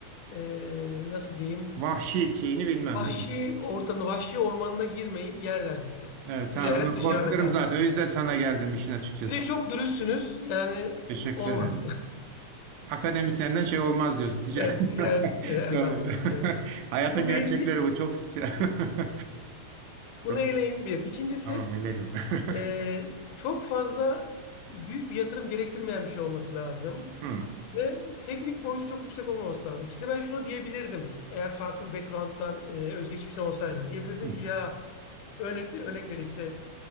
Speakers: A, on the left; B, on the right.
A: eee, nasıl diyeyim
B: Vahşi şeyini bilmem
A: vahşi
B: değil mi?
A: ortamına, vahşi ormanına girmeyin, yerler sizi.
B: Evet,
A: Ticaret
B: tamam. Ondan korkuyorum
A: dışarıda kalsın.
B: zaten. O yüzden sana geldim işin açıkçası.
A: Bir de çok dürüstsünüz. Yani
B: Teşekkür
A: olmaz.
B: ederim. Akademisyenden şey olmaz diyorsun. Ticaret.
A: Evet, ticaret
B: <laughs>
A: e, erbabı
B: Şöyle.
A: olmak. evet.
B: <laughs> Hayatın
A: Bu
B: gerçekleri
A: birinci,
B: bu. Çok <laughs>
A: bunu
B: çok
A: eleyin bir. İkincisi,
B: tamam eledim. <laughs>
A: e, çok fazla büyük bir yatırım gerektirmeyen bir şey olması lazım.
B: Hmm.
A: Ve teknik boyutu çok yüksek olmaması lazım. Size ben şunu diyebilirdim. Eğer farklı bir background'dan, e, özgeçmişten olsaydınız. Diyebilirdim
B: Hmm.
A: ki ya örnek, örnek vereyim işte